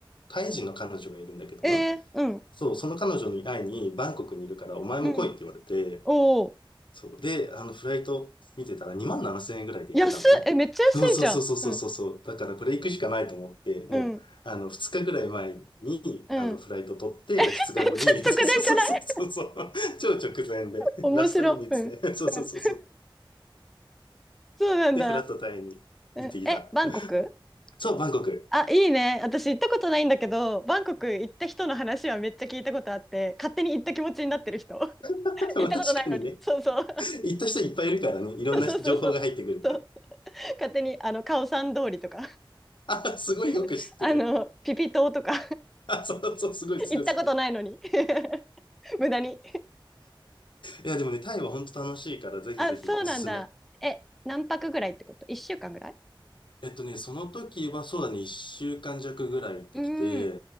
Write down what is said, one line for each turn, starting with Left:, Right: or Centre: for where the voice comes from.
Left: タイ人の彼女がいるんだけどね。
Centre: ええ。うん。
Left: そう、その彼女に会いにバンコクにいるからお前も来いって言われて、
Centre: うん。おお。
Left: そう。で、あの、フライト見てたら2万7千円ぐらいで行けたのね。
Centre: 安っえ、めっちゃ安いじゃん。
Left: そうそうそうそうそうそうそう。
Centre: うん。
Left: だからこれ行くしかないと思って、もう、
Centre: うん。
Left: あの、2日ぐらい前に、
Centre: うん。
Left: あの、フライト取って、
Centre: <laughs>
Left: 2日後に、
Centre: めっちゃ直電じゃない
Left: <laughs> そうそうそうそうそう、超直前で、
Centre: <laughs> 面白。
Left: ラストミニッツで、
Centre: うん。うん
Left: <laughs> そうそうそうそう。
Centre: <laughs> そうなんだ。
Left: で、フラットタイに行ってきた。
Centre: うん。え、バンコク
Left: そう、バンコク。
Centre: あ、いいね。私行ったことないんだけど、バンコク行った人の話はめっちゃ聞いたことあって、勝手に行った気持ちになってる人。<laughs>
Left: <laughs> まあ確かにね、
Centre: 行ったことないのに。そうそう。
Left: 行った人いっぱいいるからね、いろんな情報が入ってくるから。
Centre: <laughs> そうそうそう。そう勝手にあのカオさん通りとか
Left: あ、すごいよく知ってる。
Centre: <laughs> あのピピ島とか
Left: あ、そうそう、
Centre: <laughs>
Left: すごいすごいすごい。
Centre: 行ったことないのに <laughs> 無駄に
Left: いや、でもね、タイは本当楽しいから、ぜひぜひおすすめ。
Centre: あそうなんだえ何泊ぐらいってこと1週間ぐらい
Left: えっとね、その時はそうだね、一週間弱ぐらい行ってきて、
Centre: うん。